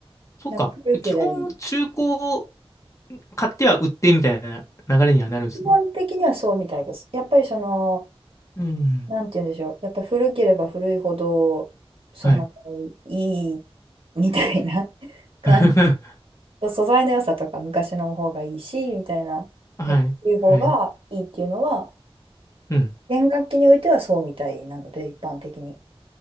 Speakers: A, on the left; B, on the right.
A: そうか。
B: なんか古ければいい。
A: 基本、中古を買っては売ってみたいな流れにはなるんですね。
B: 基本的にはそうみたいです。やっぱりその、
A: うん。
B: なんて言うんでしょう、やっぱり古ければ古いほど、その、
A: はい。
B: いいみたいな <laughs> 感じ。
A: <laughs>
B: 素材の良さとか昔の方がいいし、みたいな。
A: はい。
B: やっぱ古い方がいいっていうのは、
A: はい。うん。
B: 弦楽器においてはそうみたいなので、一般的に。